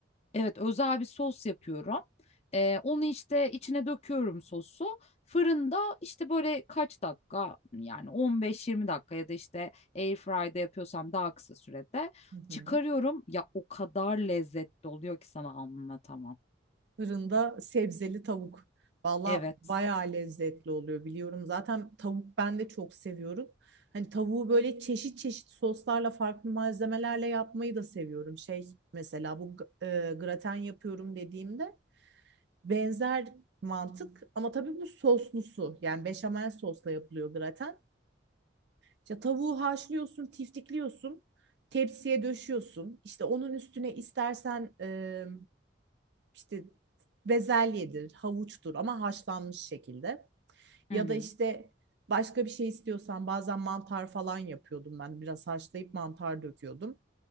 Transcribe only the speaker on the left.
Evet, özel bir sos yapıyorum. Ee, onu işte içine döküyorum sosu. Fırında işte böyle kaç dakika yani 15-20 dakika ya da işte airfry'de yapıyorsam daha kısa sürede
çıkarıyorum.
Ya o kadar lezzetli oluyor ki sana anlatamam.
Evet.
Hı
hı.